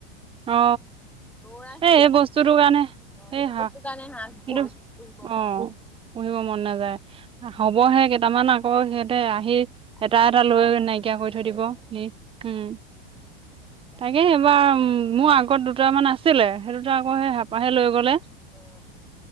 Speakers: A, on the right; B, in the centre.
A: অ
B: দৌৰাইছিলে
A: এই
B: এইবাৰ।
A: বস্তুটোৰ কাৰণে
B: অ' এইটো
A: এই হ
B: বস্তুৰ কাৰণে হাঁহ বহুত
A: কিন্তু
B: পুহিব মন
A: অ পুহিব মন নাযায় হবহে কেতিয়া ত মান আকৌ সিহঁতে আহি
B: আহি
A: এটা এটা লৈ নাইকিয়া
B: লৈয়ে
A: কৰি থৈ
B: লৈ
A: দিব
B: যায়
A: সি
B: অ'।
A: উম
B: মানে দিগদাৰ।
A: তাকে এইবাৰ উম মোৰ আগত দুটামান আছিলে সেই দুটা আকৌ সেই হেঁপাহে লৈ গলে
B: অ',